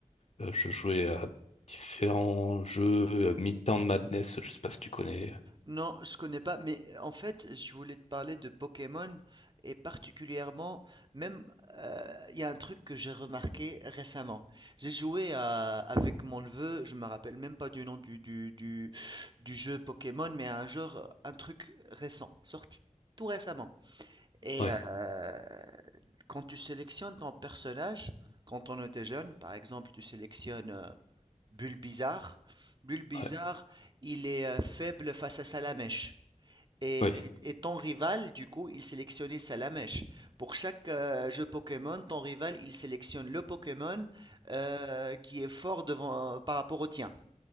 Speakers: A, on the left (about 55°); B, on the right (about 35°).
A: euh, je jouais à différents jeux, euh, Midtown Madness, je sais pas si tu connais.
B: Non, je connais pas, mais euh, en fait, je voulais te parler de Pokémon et particulièrement, même, euh, il y a un truc que j'ai remarqué récemment. J'ai joué à- avec mon neveu, je me rappelle même pas du nom du, du, du, du jeu Pokémon, mais à un jeu, un truc récent, sorti tout récemment. Et
A: Ouais,
B: euh, Quand tu sélectionnes ton personnage, quand on était jeune, par exemple, tu sélectionnes euh, Bulbizarre. Bulbizarre,
A: ouais,
B: il est euh, faible face à Salamèche. Et,
A: ouais,
B: et- et ton rival, du coup, il sélectionnait Salamèche. Pour chaque euh, jeu Pokémon, ton rival, il sélectionne le Pokémon euh, qui est fort devant, par rapport au tien.